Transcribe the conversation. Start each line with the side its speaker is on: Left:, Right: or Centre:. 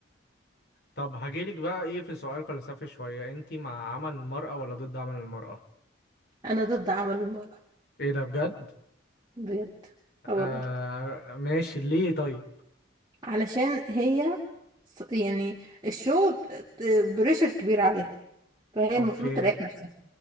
Left: طب هجيلك بقى ايه في سؤال فلسفي شوية انتي مع عمل المرأة ولا ضد عمل المرأة؟
Right: انا ضد عمل المرأة
Left: ايه ده بجد؟
Right: بجد آه والله
Left: آه ماشي ليه طيب؟
Right: علشان هي ص- يعني الشغل بريشر كبير عليها فهي
Left: اوكي
Right: المفروض تريح نفسها